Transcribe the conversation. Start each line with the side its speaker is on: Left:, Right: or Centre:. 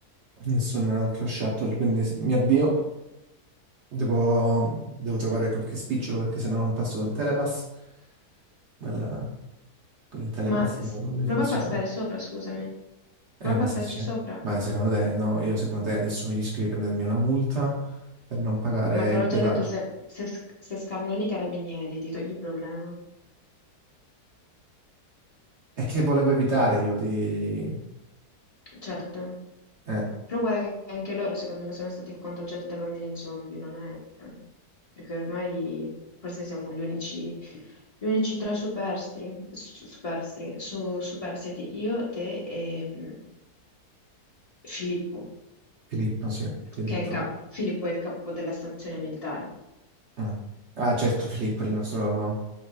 Right: nessuna altro shuttle, quindi s- mi avvio. Devo, devo trovare qualche spicciolo perché sennò non passo dal telepass. Dal- con il telepass
Left: Ma s-
Right: non, non mi
Left: prova
Right: funziona.
Left: a passare sopra, scusami.
Right: Eh,
Left: Prova a
Right: ma
Left: passarci
Right: se c'è.
Left: sopra.
Right: Ma secondo te, no, io secondo te adesso mi rischio di prendermi una multa per non pagare
Left: Ma te
Right: il
Left: l'ho
Right: pedaggio.
Left: già detto, se, se, sc- se scannoni i carabinieri, ti togli il problema.
Right: E che volevo evitare io di...
Left: Certo.
Right: Eh,
Left: Però guarda che anche loro, secondo me, sono stati contagiati da bambini zombie, non è... Perché ormai forse siamo gli unici, gli unici tre superstiti, superstiti, su, superstiti, io, te e mm, Filippo,
Right: Filippo, sì, Filippo.
Left: che è il ca- Filippo è il capo della stazione militare.
Right: Ah, Ah, certo, Filippo,
Left: Mm,
Right: il nostro
Left: mm,